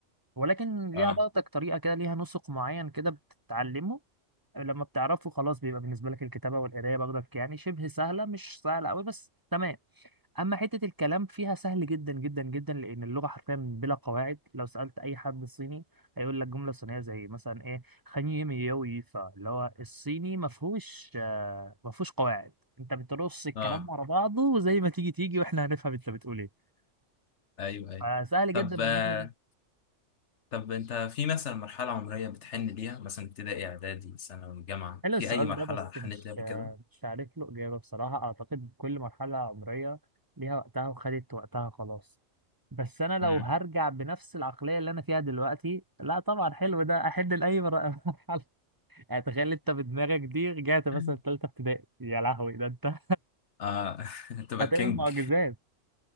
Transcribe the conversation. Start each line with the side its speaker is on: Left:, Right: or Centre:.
Right: ولكن ليها
Left: اه
Right: برضك طريقه كده ليها نسق معين كده بتتعلمه لما بتعرفه خلاص بيبقى بالنسبه لك الكتابه والقرايه برضك يعني شبه سهله مش سهله قوي بس تمام اما حته الكلام فيها سهل جدا جدا جدا لان اللغه حرفيا بلا قواعد لو سالت اي حد صيني هيقول لك جمله صينيه زي مثلا ايه خني ميوي فاللي هو الصيني ما فيهوش آه، ما فيهوش قواعد انت بترص الكلام
Left: اه
Right: ورا بعضه وزي ما تيجي تيجي واحنا هنفهم انت بتقول ايه
Left: ايوه ايوه
Right: فسهل
Left: طب
Right: جدا من
Left: آه
Right: الناحيه دي
Left: طب انت في مثلا مرحلة عمرية بتحن ليها مثلا ابتدائي اعدادي ثانوي جامعة
Right: حلو
Left: في
Right: السؤال
Left: اي مرحلة
Right: ده بس
Left: حنيت
Right: مش
Left: ليها قبل كده؟
Right: مش عارف له إجابة بصراحة أعتقد كل مرحلة عمرية ليها وقتها وخدت وقتها خلاص بس أنا لو
Left: مم.
Right: هرجع بنفس العقلية اللي أنا فيها دلوقتي لا طبعا حلو ده أحد لأي مر- <laughs> مرحلة يعني تخيل أنت بدماغك دي رجعت مثلا
Left: <laughs>
Right: تالتة ابتدائي يا لهوي ده أنت
Left: اه <laughs>
Right: <laughs>
Left: تبقى
Right: هتعمل
Left: كينج
Right: معجزات